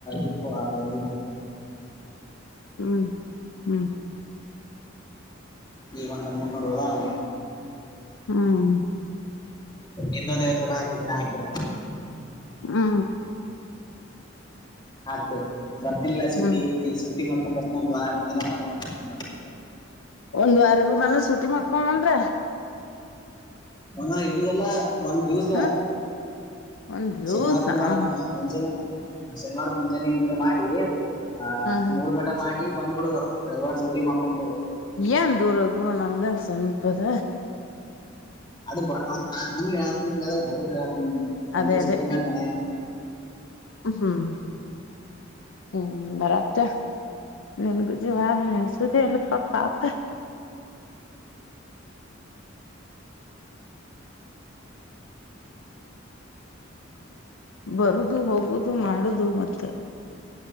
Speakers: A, on the left (about 20°); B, on the left (about 70°).
A: ಕ್ಕ ಆದ
B: ಹ್ಮ್ ಹ್ಮ್
A: ನೀ ಒಂದ ಮುನ್ನೂರು ರೂ ನ
B: ಹ್ಮ್
A: ಇನ್ನೊಂದ ಐವತ್ತು ರೂಪಿ ಹಾಕಗಿನ ಹಾಕಿಲ್ಲ
B: ಹಾ
A: ಆ ಬರ್ತಿಲ್ಲ ಸೂಟಿ
B: ಹ್ಮ್
A: ಇ ಸೂಟಿ <unintelligible>
B: ಒಂದ್ ವಾರರು ನಾನನ್ ಸುಟಿ ಮಾಡಕೊಂಡ ಅಂದ್ರ
A: ಮನ ಇಡುದಲ್ಲ ಒಂದ್ ದಿವ್ಸ
B: ಹ ಒಂದ್ ದಿವ್ಸ
A: ಶನಿವಾರ ಗಿನವಾರ
B: ಹಾ
A: ಮುಂಜೆ ಶನಿವಾರ ಮುಂಜಾನೆ ಹಂಜಿನ ಮಾಡಿ ಆ
B: ಹಾ
A: ಮೂರ್ ಮಂಟ ಮಾಡಿ ಬಂದ್ ಬಿಡು ರೈವಾರ ಸಟಿ ಮಾಡ್ಕೊಂಡ್ ಬಿಡುದು
B: ಏನ್ ದೂರ ದೂರ ನಾಮ್ದಾ ಸಮ್ಮಿಪದ
A: ಅದು ಹಂಗ ಹೇಳಾ ಬ ಹೇಳ ಹ್ಮ್ ಒಂದ
B: ಅದೇ
A: ದಿವಸ
B: ಅದೇ
A: ಡ್ಯೂಟಿ ಮಾಡ ಮನ
B: ಹ್ಮ್ ಹ್ಮ್ ಬರತ ನಿನ್ಗೂ ಜವಾರ ನೆನ್ಸುದ ಎಲ್ಲಪ್ಪಾ ಪಾಪ ಬರುದು ಹೋಗುದು ಮಾಡುದು ಮತ್ತ